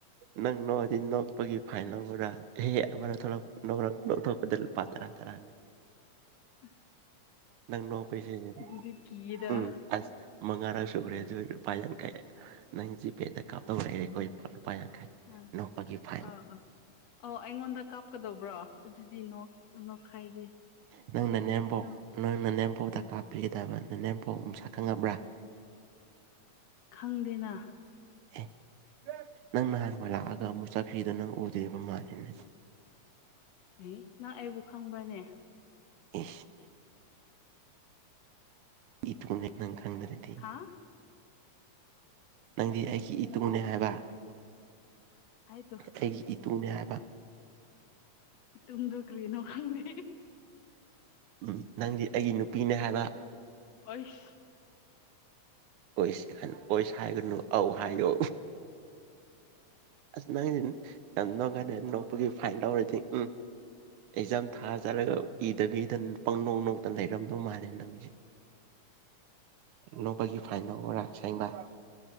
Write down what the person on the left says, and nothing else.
ꯑꯁ
ꯑꯗꯨꯗꯤ ꯀꯤꯌꯦꯗ
ꯎꯝ
ꯑꯥ ꯑꯥ ꯑꯣ ꯑꯩꯉꯣꯟꯗ ꯀꯥꯞꯀꯗꯧꯕ꯭ꯔꯣ ꯑꯗꯨꯗꯤ ꯅꯣꯛ ꯅꯣꯛꯈꯥꯏꯒꯦ
ꯈꯪꯗꯦꯅ
ꯑꯦ ꯅꯪ ꯑꯩꯕꯨ ꯈꯪꯕ꯭ꯔꯅꯦ
ꯍꯥ
ꯍꯥꯏꯇꯣ
ꯏꯇꯨꯡꯗꫭ ꯀ꯭ꯔꯤ ꯅꯣ ꯈꯪꯗꯤ
ꯑꯣꯏꯁ